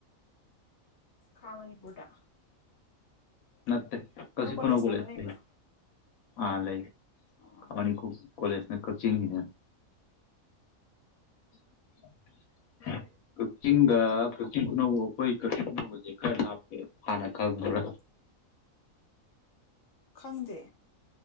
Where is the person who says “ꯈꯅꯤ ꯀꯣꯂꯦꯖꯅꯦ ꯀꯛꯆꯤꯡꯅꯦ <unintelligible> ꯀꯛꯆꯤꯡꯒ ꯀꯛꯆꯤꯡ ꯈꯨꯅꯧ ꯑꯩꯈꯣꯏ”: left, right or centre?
Left